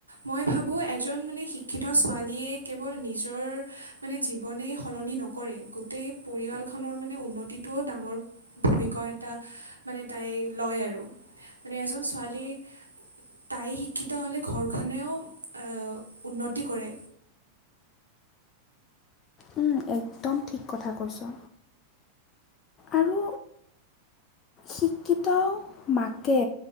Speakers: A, on the right (about 85°); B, on the left (about 30°).
A: মই ভাবো এজন মানে শিক্ষিত ছোৱালীয়ে কেৱল নিজৰ মানে জীৱনে সল নি নকৰে গোটেই পৰিয়ালখনৰ মানে উন্নতিটোও ডাঙৰ ভূমিকা এটা মানে তাই লয় আৰু মানে এজন ছোৱালী তাই শি শিক্ষিত হ'লে ঘৰখনেও আহ উন্নতি কৰে
B: উম একদম ঠিক কথা কৈছো আৰু শিক্ষিত মাকে,